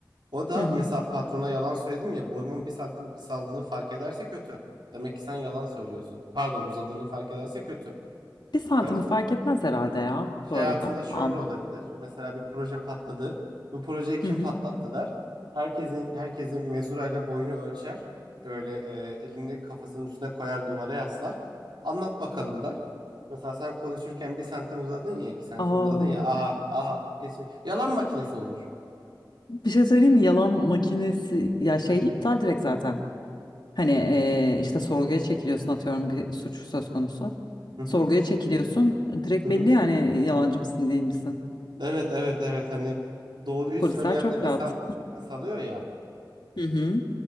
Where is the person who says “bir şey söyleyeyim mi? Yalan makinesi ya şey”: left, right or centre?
Left